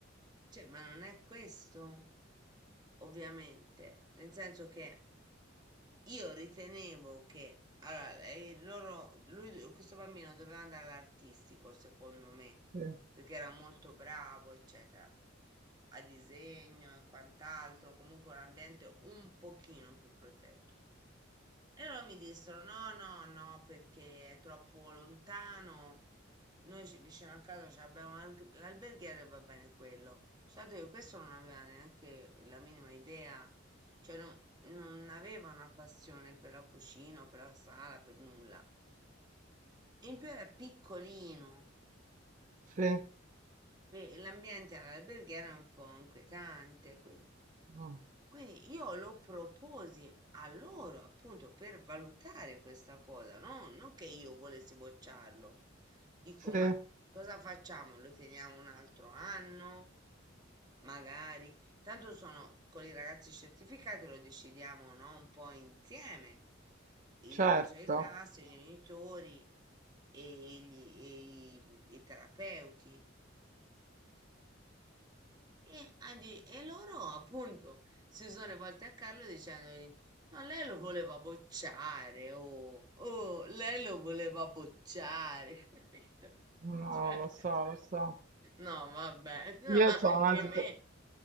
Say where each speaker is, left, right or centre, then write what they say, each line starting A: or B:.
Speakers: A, on the right; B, on the right.
A: cioè, ma non è questo. Ovviamente, nel senso che io ritenevo che allora, eh, loro, lui, do- questo bambino doveva andare all'artistico, secondo me,
B: sì,
A: perché era molto bravo, eccetera, a disegno e quant'altro, comunque un ambiente un pochino più protetto. E loro mi dissero: no, no, no, perché è troppo lontano. Noi ci- vicino a casa ci abbiamo l'alg- l'alberghiere e va bene quello. Soltanto che questo non aveva neanche la minima idea, cioè non, non aveva una passione per la cucina, o per la sala, per nulla. In più era piccolino.
B: sì,
A: e l'ambiente all'alberghiera è un po' inquietante. Quindi,
B: mh,
A: quindi io lo proposi a loro appunto per valutare questa cosa, no? Non che io volessi bocciarlo. Dico,
B: sì,
A: ma cosa facciamo? Lo teniamo un altro anno? Magari. Tanto sono con i ragazzi certificati, lo decidiamo, no? Un po' insieme. Il
B: certo.
A: consiglio di classe, i genitori e, gli- e i i terapeuti. E, a di- e loro appunto si sono rivolti a Carlo dicendogli: No, lei lo voleva bocciare, oh, oh, lei lo voleva bocciare, <laughs> capito?
B: No,
A: Cioè,
B: lo so, lo so.
A: no, vabbè, <laughs> no,
B: Io
A: ma
B: c'ho
A: anche
B: una situa
A: me,